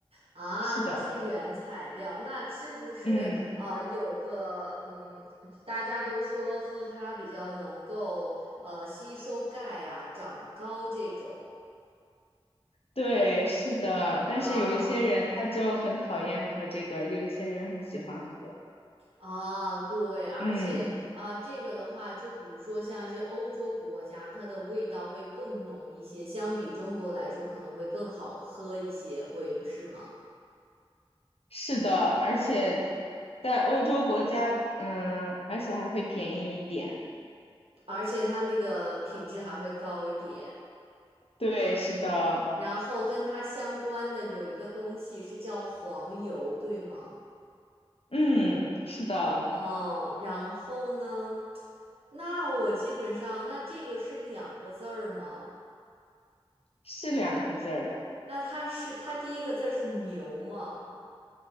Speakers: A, on the right; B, on the left.
A: 啊，
B: 是的，
A: 它是原材料，那是不是呃有个嗯，
B: 嗯，
A: 大家都说喝它比较能够呃吸收钙啊、长高这种
B: 对，是的。但是有一些人他就很讨厌喝这个，
A: 啊？
B: 有一些人很喜欢喝。
A: 啊，对，而且啊，
B: 嗯。
A: 这个的话，就比如说像一些欧洲国家，它的味道会更浓一些，相比中国来说可能会更好喝一些，会是吗？
B: 是的，而且在欧洲国家，嗯，而且还会便宜一点。
A: 而且它那个品质还会高一点。
B: 对，是的，
A: 然后跟它相关的有一个东西是叫黄油，对吗？
B: 嗯，是的，
A: 哦，然后呢，那我基本上，那这个是两个字儿吗？
B: 是两个字儿的，
A: 那它是它第一个字儿是牛吗？